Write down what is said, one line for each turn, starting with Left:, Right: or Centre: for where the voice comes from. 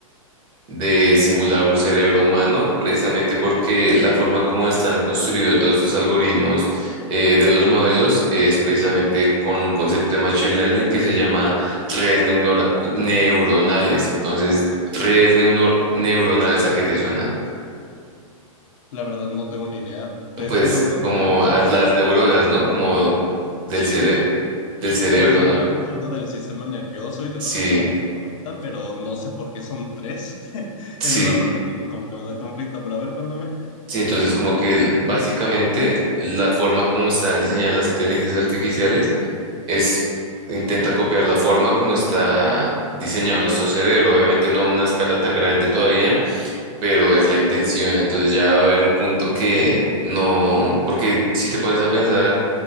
Right: de simular un cerebro humano, precisamente porque la forma como están construidos todos estos algoritmos eh, de los modelos es precisamente con un concepto de Machine Learning que se llama redes neunora- neuronales. Entonces, redes neuno- neuronales, ¿a qué te suena?
Left: La verdad no tengo ni idea. Tres
Right: Pues
Left: neuronales
Right: como a
Left: me...
Right: las neuronas,
Left: Ajá.
Right: ¿no? Como del
Left: Sí,
Right: cere-
Left: mo-
Right: del cerebro,
Left: anda, me sonaba
Right: ¿no?
Left: como algo del sistema nervioso y de
Right: Sí,
Left: la manera en la que se conecta, pero no sé por qué son tres. <laughs> Esa
Right: sí.
Left: es la parte que como que me da conflicto, pero a ver, cuéntame.
Right: Sí, entonces como que el- básicamente la forma como están diseñadas las inteligencias artificiales es intenta copiar la forma como está diseñado nuestro cerebro, obviamente no a una escala tan grande todavía, pero es la intención, entonces ya va a haber un punto que no, porque si te pones a pensar